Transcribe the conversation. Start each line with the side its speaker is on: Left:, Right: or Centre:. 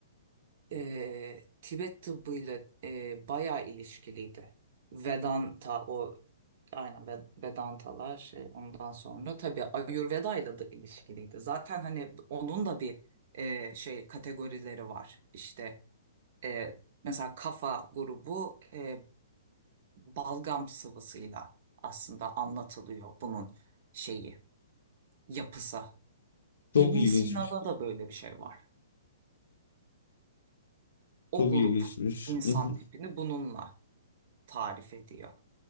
Right: e, Tibet tıbbıyla e, bayağı ilişkiliydi. Vedanta o Aynen Ve- Vedantalar şey ondan sonra tabii Ayurveda ile de ilişkiliydi. Zaten hani onun da bir e, şey kategorileri var. İşte e, mesela kafa grubu e, balgam sıvısıyla aslında anlatılıyor bunun şeyi yapısı.
Left: Çok
Right: İbn
Left: ilginçmiş.
Right: Sina'da da böyle bir şey var. O
Left: Çok
Right: grup
Left: ilginçmiş.
Right: insan
Left: <laughs>
Right: tipini bununla tarif ediyor